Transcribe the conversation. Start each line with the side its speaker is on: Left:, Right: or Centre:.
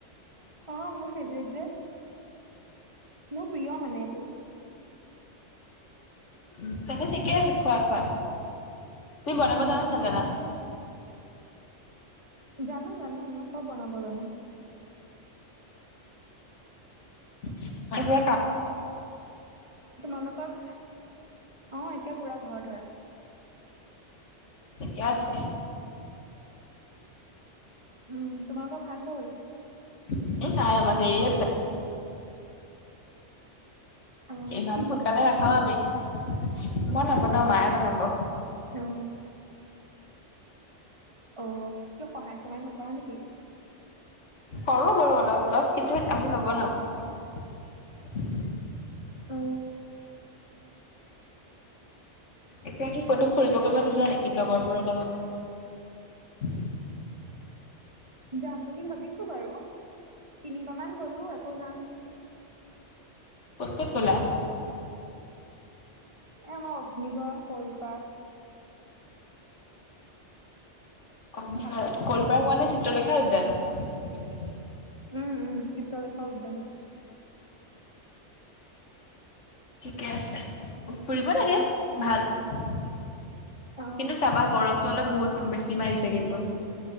Right: অ মোৰ ফেভৰেট যে মোৰ প্ৰিয় মানে এইটো
Left: উ তেন্তে ঠিকে আছে খোৱা খোৱা তুমি বনাব
Right: অ
Left: জানা নাজানা
Right: জানো জানো মই চব বনাব জানো
Left: <unintelligible> কাপ
Right: তোমালোকৰ অ একে পুৰা ঘৰ ধৰা
Left: ঠিকে আছে।
Right: উম তোমালোকৰ ভাত হ'ল
Left: এ নাই আমাৰ দেৰি আছে।
Right: অ
Left: ইমান
Right: কি
Left: সোনকালে
Right: বনাবা
Left: নাখাও আমি মই নবনাও মায়ে বনাব।
Right: অ। অ কিয় সহায় চহায় নকৰা নেকি
Left: কৰো বাৰু অলপ অলপ কিন্তু আজি নবনাও।
Right: অ
Left: এতিয়া কি ক'তো ফুৰিব কৰিব নোযোৱা নেকি লগৰবোৰৰ লগত?
Right: যাম বুলি ভাবিছো বাৰু তিনিবা মান গলো আকৌ যাম।
Left: ক'ত ক'ত ক'লা।
Right: আমাৰ অগ্নিগড় কলপাক
Left: অ
Right: ভালুকপুং
Left: কলপাৰ হোৱা নে চিত্ৰলেখা উদ্যান।
Right: উম উম চিত্ৰলেখা উদ্যান।
Left: ঠিকে আছে ফুৰিব লাগে ভাল। কিন্তু
Right: অ
Left: চাবা গৰমটো হলে বহুত বেছি মাৰিছে কিন্তু্